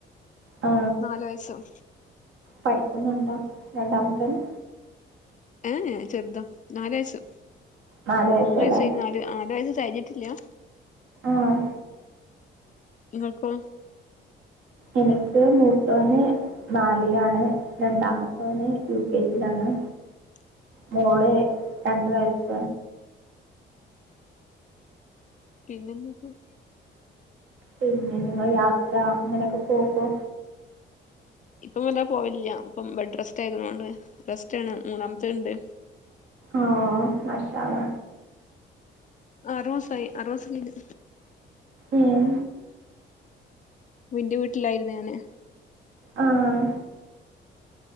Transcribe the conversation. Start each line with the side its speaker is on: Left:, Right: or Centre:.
Right: ആ
Left: നാല് വയസും
Right: പഠിക്കുന്നുണ്ടോ രണ്ടാമത്തന്?
Left: ഏഹ് ചെറുതാ നാലയസ്,
Right: നാല് വയസ്സല്ലേ
Left: മൂന്നയസ് കഴിഞ്ഞു നാല് നാലയ കഴഞ്ഞിട്ടില്ല്യാ
Right: ആഹ്
Left: നിങ്ങൾക്കോ?
Right: എനിക്ക് മൂത്തവന് നാലിലാണ്, രണ്ടാമത്തവന് യു കെ ജിലാണ്.
Left: <inaudible>
Right: മോള് രണ്ട് വയസ
Left: പിന്നെന്തൊക്കെയ?
Right: പിന്നെ നിങ്ങള് യാത്ര അങ്ങനെയൊക്കെ പോകോ?
Left: ഇപ്പം വല്ലാ പോവിലില്ല്യാ ഇപ്പം ബെഡ് റെസ്റ്റ് ആയതുകൊണ്ട് റെസ്റ്റ് ആണ് മൂന്നാമത്തെ ഉണ്ട്
Right: അഹ് മാഷാ അള്ളാ
Left: അറൂസായി ആറോസം കഴിഞ്ഞ്
Right: ഉം
Left: നിന്റെ വീട്ടിലായിരുന്നു ഞാന്
Right: ആഹ്